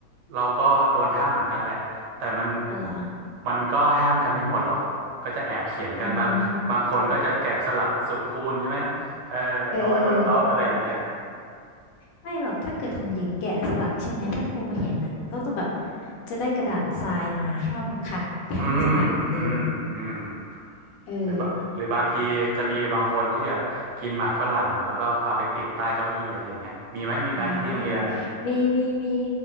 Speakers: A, on the right; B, on the left.
A: เราก็โดนห้ามเหมือนกันแหละแต่มัน
B: อ๋อเหรอ
A: มันก็ห้ามกันไม่หมดหรอกก็จะแอบเขียนกันบางบางคนก็จะแกะสลักสูตรคูณใช่ไหมเออเอาไว้บนโต๊ะอะไรอย่างเงี้ย
B: อืมเออเออเออไม่หรอกถ้าเกิดของหญิงแกะสลักใช่ไหมถ้าครูมาเห็นอ่ะก็ต้องแบบจะได้กระดาษทรายมาให้เอามาขัดให้มันสะอาดเหมือนเดิม
A: อืมอืมอืม
B: เออ
A: หรือว่าหรือบางทีจะมีบางคนที่แบบกินหมากฝรั่งแล้วก็เอาไปติดใต้เก้าอี้อะไรอย่างเงี้ยมีไหมมีไหมที่โรงเรียนน่ะ
B: เออมี มี มี